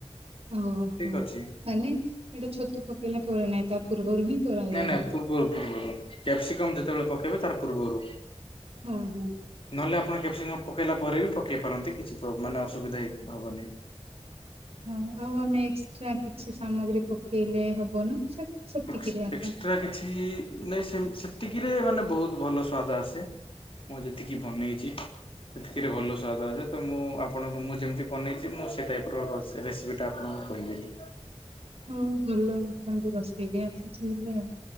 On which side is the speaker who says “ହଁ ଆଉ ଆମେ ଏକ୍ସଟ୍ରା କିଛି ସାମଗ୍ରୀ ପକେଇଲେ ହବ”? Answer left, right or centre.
Right